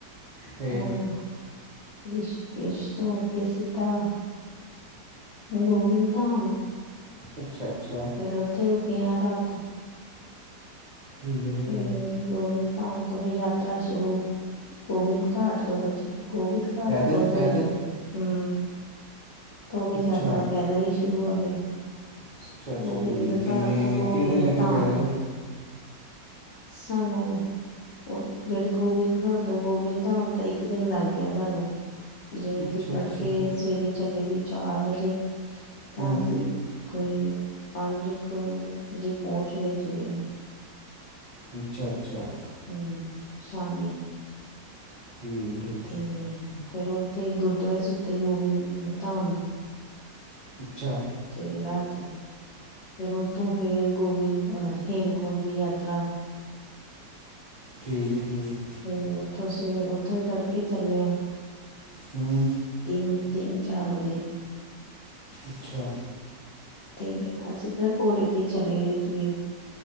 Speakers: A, on the right (about 55°); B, on the left (about 75°).
A: ਫੇਰ
B: ਹੁਣ ਰਿਸ਼ਕੇਸ਼ ਤੋਂ ਅਗੇ ਸਿੱਧਾ ਗੋਵਿੰਦ ਧਾਮ।
A: ਅੱਛਾ, ਅੱਛਾ।
B: ਫਿਰ ਉੱਥੇ ਰੁਕੇ ਆ ਰਾਤ ਨੂੰ।
A: ਠੀਕ ਏ, ਠੀਕ
B: ਫਿਰ
A: ਏ।
B: ਗੋਬਿੰਦ ਧਾਮ ਤੋਂ ਹੀ ਯਾਤਰਾ ਸ਼ੁਰੂ, ਗੋਬਿੰਦ ਘਾਟ ਤੋਂ ਸੱਚੀ। ਗੋਬਿੰਦ ਘਾਟ
A: ਪੈਦਲ
B: ਗੁਰਦਵ
A: ਪੈਦਲ
B: ਹੂੰ, ਤੋ ਵੀ
A: ਅੱਛਾ
B: ਯਾਤਰਾ ਪੈਦਲ ਹੀ ਚਲਣਾ ਹੋਏ,
A: ਅੱਛਾ ਅੱਛਾ
B: ਗੋਬਿੰਦ
A: ਠੀਕ ਹੈ ਕਿੰਨੇ
B: ਘਾਟ ਤੋਂ ਗੋਬਿੰਦ
A: ਕਿੰਨੇ ਦਿਨ ਲੱਗੇ
B: ਧਾਮ।
A: ਪੈਦਲ
B: ਸਾਨੂੰ ਔਹ, ਜਿਹੜੇ ਗੋਬਿੰਦ ਘਾਟ ਤੋਂ ਗੋਬਿੰਦ ਧਾਮ ਤਾਂ ਇੱਕ ਦਿਨ ਲੱਗ ਗਿਆ ਸਾਨੂੰ। ਜਿਵੇਂ
A: ਅੱਛਾ
B: ਅਸੀਂ ਤੜਕੇ,
A: ਅੱਛਾ
B: ਸਵੇਰੇ ਚੱਲੇ ਸੀ ਚਾਰ ਵਜੇ। ਤਾਂ
A: ਹੂੰ
B: ਅਸੀਂ ਕੋਈ ਪੰਜ ਕ ਵਜੇ ਪਹੁੰਚ ਗਏ ਸੀਗੇ।
A: ਅੱਛਾ, ਅੱਛਾ।
B: ਹੂੰ, ਸ਼ਾਮੀ।
A: ਠੀਕ ਏ, ਠੀਕ ਏ।
B: 'ਤੇ ਫਿਰ ਉੱਥੇ ਗੁਰਦੁਆਰੇ ਸੁੱਤੇ, ਗੋਬਿੰਦ ਧਾਮ।
A: ਅੱਛਾ!
B: ਤੇ ਰਾਤ, ਫਿਰ ਉੱਥੋਂ ਫਿਰ ਗੋਬਿੰਦ ਅ ਹੇਮਕੁੰਡ ਦੀ ਯਾਤਰਾ।
A: ਠੀਕ, ਠੀਕ।
B: ਫਿਰ, ਉੱਥੋਂ ਸਵੇਰੇ ਉੱਥੋਂ ਵੀ ਤੜਕੇ ਚੱਲੇ ਆ।
A: ਹੂੰ।
B: ਤਿੰਨ, ਤਿੰਨ- ਚਾਰ ਵਜੇ।
A: ਅੱਛਾ।
B: 'ਤੇ ਅਸੀਂ ਤਾਂ ਘੋੜੇ 'ਤੇ ਚਲੇ ਗਏ ਸੀਗੇ।